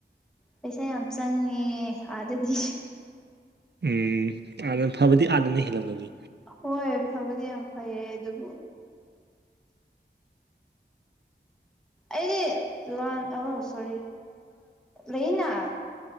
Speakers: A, in the centre; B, on the right.
A: ꯄꯩꯁꯥ ꯌꯥꯝ ꯆꯪꯉꯦ ꯑꯥꯗꯗꯤ
B: ꯎꯝ ꯑꯥꯗꯅ ꯐꯕꯗꯤ ꯍꯥꯟꯅꯅ ꯍꯦꯜꯂꯝꯒꯅꯤ
A: ꯍꯣꯏ ꯐꯕꯗꯤ ꯌꯥꯝ ꯐꯩꯌꯦ ꯑꯗꯨꯕꯨ ꯑꯩꯗꯤ ꯂꯥꯟ ꯑ ꯁꯣꯔꯤ ꯂꯩꯅ